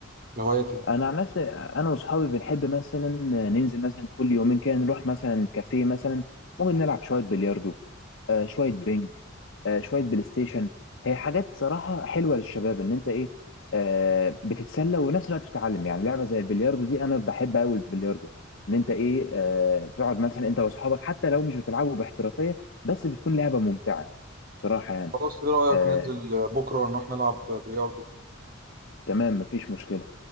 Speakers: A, on the right; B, on the left.
A: الهوايات يعني
B: انا عن نفسي انا واصحابي بنحب مثلا ننزل مثلا كل يومين كده نروح مثلا كافيه مثلا ممكن نلعب شويه بلياردو آه شويه بينج آه شويه بلاي ستيشن هي حاجات صراحه حلوه للشباب ان انت ايه آه بتتسلى ونفس الوقت بتتعلم يعني لعبه زي البلياردو دي انا بحب قوي البلياردو ان انت ايه آه تقعد مثلا انت واصحابك حتى لو مش بتلعبوا باحترافيه بس بتكون لعبه ممتعه بصراحه يعني
A: خلاص ايه رأيك
B: آه
A: ننزل بكرة نروح نلعب بلياردو
B: تمام مفيش مشكله